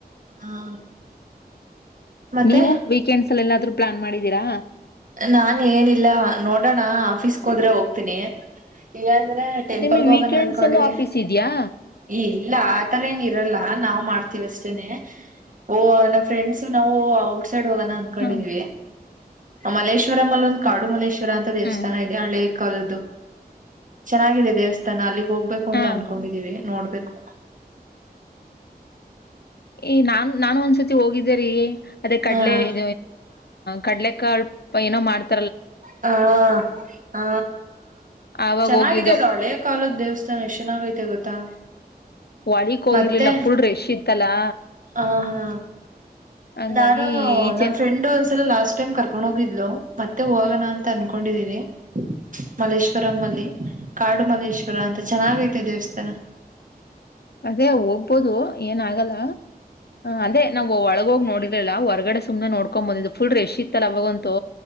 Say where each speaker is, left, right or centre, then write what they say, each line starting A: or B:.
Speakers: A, on the right; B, on the left.
A: ಹಾ ಮತ್ತೆ
B: ನೀವು ವೀಕೆಂಡ್ಸ್ ಎಲ್ಲ ಎಲ್ಲಾದ್ರು ಪ್ಲಾನ್ ಮಾಡಿದೀರಾ
A: ನಾ ಏನಿಲ್ಲ ನೋಡೋಣ ಆಫೀಸ್ಗೆ ಹೋದ್ರೆ ಹೋಗ್ತೀನಿ ಇ ಅಂದ್ರೆ ಟೆಂಪಲ್ಗ
B: ನಿಮ್ಗೆ
A: ಹೋಗಣ
B: ವೀಕೆಂಡ್ಸ್
A: ಅಂದಕೊಂಡಿದವಿ
B: ಅಲ್ಲೂ ಆಫೀಸ್ ಇದ್ಯಾ?
A: ಈ ಇಲ್ಲ ಆತರ ಏನ ಇರಲ್ಲ ನಾವ್ ಮಾಡ್ತೀವಷ್ಟೇನೆ ಓ ನಮ್ಮ ಫ್ರೆಂಡ್ಸ ನಾವು ಔಟ್ಸೈಡ್ ಹೋಗೋಣ ಅಂದಕೊಂಡಿದೀವಿ
B: ಹ
A: ಮಲೇಶ್ವರ ಅಲ್ಲಿ ಒಂದು ಕಾಡು ಮಲೇಶ್ವರ ಅಂತ ದೇವಸ್ಥಾನ
B: ಹ್ಮ್
A: ಇದೆ ಹಳೆ ಕಾಲದು ಚೆನ್ನಾಗಿದೆ ದೇವಸ್ಥಾನ ಅಲ್ಲಿಗ್ ಹೋಗ್ಬೇಕು ಅಂತ
B: ಹಾ
A: ಅನ್ಕೊಂಡಿದೀವಿ ನೋಡ್ಬೇಕು
B: ಈ ನಾನ್ ನಾನು ಒಂದ್ಸತಿ ಹೋಗಿದ್ದೆ ರೀ ಅದೇ ಕಡಲೆ
A: ಹಾ
B: ಇ ಕಡ್ಲೆಕ್ಕ ಅಳಪ ಏನೋ ಮಾಡ್ತ
A: ಹ ಹ
B: ಆವಾಗ
A: ಚೆನ್ನಾಗಿದೆ
B: ಹೋಗಿದ್ದೋ
A: ಅದ ಒಳ್ಳೆ ಕಾಲದ ದೇವಸ್ಥಾ ಎಷನಾಗಯ್ತೆ ಗೊತ್ತಾ
B: ವಳಿಕ್ ಹೋಗಿರ್ಲಿಲ್ಲ
A: ಮತ್ತೆ
B: ಫುಲ್ ರೆಶ್ ಇತ್ತಲ್ಲಾ
A: ಹ ಹಾ
B: ಹಂಗಾಗಿ
A: ನಾನು
B: ಈಚೆನೆ
A: ನನ್ ಫ್ರೆಂಡು ಲಾಸ್ಟ್ ಟೈಮ್ ಕರ್ಕೊಂಡ್ ಹೋಗಿದ್ಲು ಮತ್ತೆ ಹೋಗಣ
B: ಹ್ಮ್
A: ಅಂತ ಅನ್ಕೊಂಡಿದಿವಿ. ಮಲ್ಲೇಶ್ವರಂ ಅಲ್ಲಿ ಕಾಡುಮಲ್ಲೇಶ್ವರ ಅಂತ ಚೆನ್ನಾಗೈತೆ ದೇವಸ್ಥಾನ
B: ಅದೇ ಹೋಗ್ಬೋದು ಏನಗಲ್ಲ ಅದೇ ನಾವು ಒಳಗ ಆಗೋಗ್ ನೋಡಿದ್ರಲಲ್ಲ ಹೊರಗಡೆ ಸುಮ್ನೆ ನೋಡ್ಕೊ್ ಬಂದಿದ್ದ ಫುಲ್ ರೆಶ ಇಲ್ಲ ಅವಾಗಂತೂ